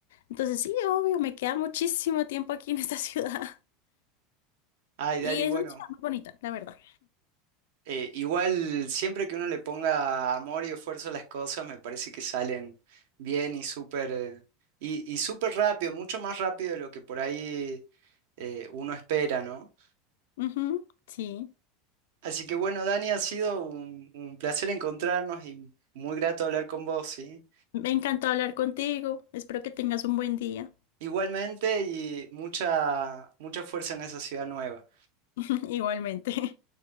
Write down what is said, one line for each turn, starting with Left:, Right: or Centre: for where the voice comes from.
Left: Entonces sí, obvio, me queda muchísimo tiempo aquí en esta <laughs> ciudad.
Right: Ay,
Left: Y
Right: Dani,
Left: es
Right: bueno,
Left: una ciudad muy bonita, la verdad.
Right: eh, igual siempre que uno le ponga amor y esfuerzo a las cosas, me parece que salen bien y súper eh, y, y súper rápido, mucho más rápido de lo que por ahí eh, uno espera, ¿no?
Left: Ujú, sí.
Right: Así que bueno, Dani, ha sido un, un placer encontrarnos y muy grato hablar con vos, ¿sí?
Left: Me encantó hablar contigo. Espero que tengas un buen día.
Right: Igualmente y mucha mucha fuerza en esa ciudad nueva.
Left: <laughs> Igualmente.